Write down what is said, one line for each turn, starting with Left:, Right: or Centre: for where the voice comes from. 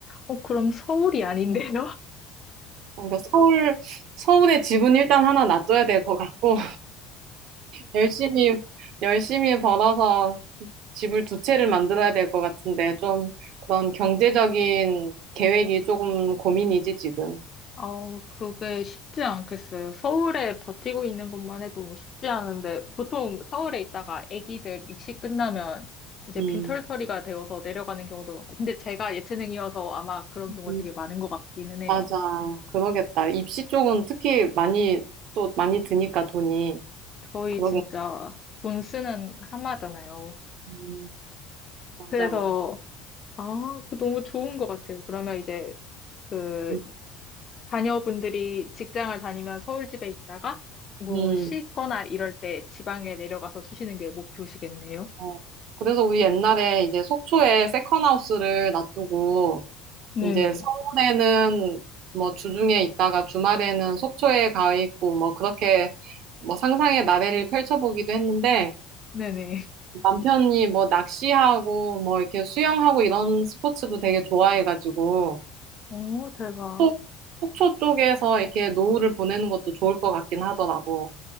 Left: 어, 그럼 서울이 아닌데요?
Right: 그러니까 서울 서울에 집은 일단 하나 놔둬야 될 것 같고 열심히, 열심히 벌어서 집을 두 채를 만들어야 될 것 같은데, 좀 그런 경제적인 계획이 조금 고민이지, 지금.
Left: 아우, 그게 쉽지 않겠어요. 서울에 버티고 있는 것만 해도 쉽지 않은데, 보통 서울에 있다가 아기들 입시 끝나면 이제
Right: 음,
Left: 빈털터리가 되어서 내려가는 경우도 많고, 근데 제가 예체능이어서 아마 그런
Right: 음,
Left: 경우가 되게 많은 것 같기는 해요.
Right: 맞아. 그러겠다. 입시 쪽은 특히 많이, 또 많이 드니까 돈이.
Left: 거의
Right: 그러겠다.
Left: 진짜 돈 쓰는 하마잖아요.
Right: 음, 맞아,
Left: 그래서,
Right: 맞아.
Left: 아, 그 너무 좋은 것 같아요. 그러면 이제 그
Right: 음,
Left: 자녀분들이 직장을 다니면 서울 집에 있다가 뭐
Right: 음,
Left: 쉬거나 이럴 때 지방에 내려가서 쉬시는 게 목표시겠네요.
Right: 어. 그래서 우리 옛날에 이제 속초에 세컨하우스를 놔두고,
Left: 네네.
Right: 이제 서울에는 뭐 주중에 있다가 주말에는 속초에 가 있고 뭐 그렇게 뭐 상상의 나래를 펼쳐보기도 했는데
Left: 네네.
Right: 남편이 뭐 낚시하고 뭐 이렇게 수영하고 이런 스포츠도 되게 좋아해가지고
Left: 오, 대박.
Right: 또 속초 쪽에서 이렇게 노후를 보내는 것도 좋을 것 같긴 하더라고.